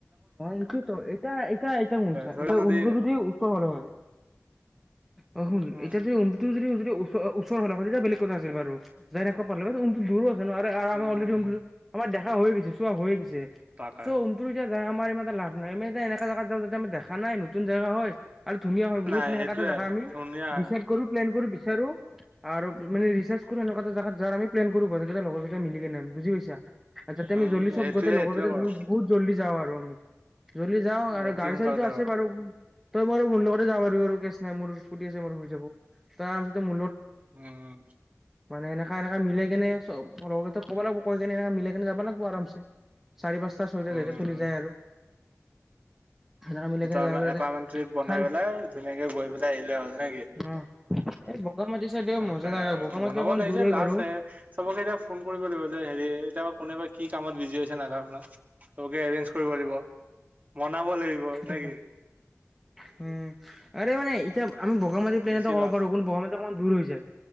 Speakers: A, in the centre; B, on the right (about 30°).
A: হয়, কিন্তু এতিয়াহ। কাই এতিয়া মূখ চাই
B: ধৰা
A: এতিয়া
B: নদী
A: তোৰ যদি ওচৰৰ হ'ল হয় অ' শুন
B: উম
A: এতিয়া ৰুমটো যদি ওচ ওচৰ হ'লে হয় তেতিয়া বেলেগ কথা আছিল বাৰু যাই থাকিব পাৰিলেহেঁতেন। ৰুমটো দূৰো নোৱাৰে
B: উম
A: অলৰেডি
B: উম উম,
A: আমাৰ দেহাৰ। এ হৈ গৈছে চোৱা, হৈ গৈছে।
B: তাকে
A: চ উটো <unintelligible> আমাৰ ইমানটা লাভ নাই আমি এ এনেকা জেগাত যাওঁ যদি আমি দেখা নাই নতুন জাগা হয়। আৰু ধুনীয়া হয় বহুত
B: নাই
A: সেনেকা
B: সেইটোয়ে
A: এটা জোগা আমি
B: ধুনীয়া
A: ডিচাইড কৰো, প্লেন কৰো বিচাৰো। আৰু মানে ৰিচাৰ্চ কৰো, এনেকুৱা এটা জোগাত যাম আমি প্লেন কৰো। এটা লগৰ কেইটা মিলিকিনে, বুজি পইছা। আছা তোমি
B: উম
A: জল্লি চব
B: সেইটোয়ে
A: গতে লগৰতে
B: সেইটোয়ে কৰ
A: বহুত জলি যাবা <unintelligible> ৰমিত, <unintelligible> যদি যাওঁ, আৰু
B: অতি
A: গাড়ী
B: সোনকালে
A: চাড়ীটো
B: যাব
A: আছে বাৰু। তই মই আৰু মো লগতে যাব পাৰিবি, আৰু কেচ নাই মোৰ ইস্কুটি আছে মোৰ হৈ যাব তই আৰমতে ম
B: উম।
A: মানেনেক <unintelligible> এ এনেকা মিলে কেনে চব। লগতে কব লাগিব কৈ কিনে এনে মিলাই কিনে যাব লাগিব, আৰামছে। চাৰি পাঁচটা ছয়টা
B: উম
A: যেয়া চলি যায় আৰু সেনেকা মিলাই কিনে
B: ত
A: যাব লাগে
B: এটামান ট্ৰিপ বনাই
A: খান
B: পেলাই ধুনীয়াকে গৈ পেলাই আহিলে হ'ল নেকি।
A: অ এই বগামাটি চাইডে
B: তাক
A: মজা
B: আৰু
A: জাগা বগামাটি
B: বনাব
A: অকমান
B: লাগিছে
A: দূৰ হয়
B: লাষ্ট
A: বাৰু
B: চ চবকে এতিয়া ফোন কৰিব লাগিব যে হেৰি এতিয়া কোনে বা কি কামত বিজি হৈছে ন কাৰণ চবকে এৰেনজ কৰিব লাগিব। মনাব লাগিব নে
A: টো উম
B: কি?
A: আৰু মানে এতিয়া আমি বগা মটি প্লেন
B: বেছি
A: এটা কব
B: লছ
A: পাৰু কিন্তু বগা মাটিত অকণ দূৰ হৈ যায়।